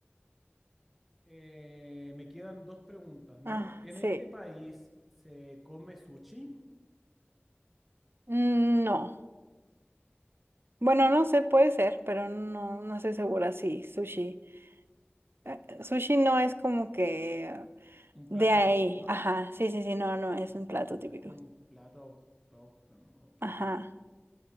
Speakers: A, in the centre; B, on the right.
A: Eh, me quedan dos preguntas, ¿no?
B: Ah,
A: En este
B: sí.
A: país se come sushi,
B: No. Bueno, no sé, puede ser, pero no, no estoy segura. Sí, sushi. Eh, sushi no es como que
A: un plato
B: de ahí.
A: típico, ¿no?
B: Ajá. Sí, sí, sí, no, no, es
A: Ajá,
B: un plato típico.
A: no es como un plato autóctono, ok.
B: Ajá.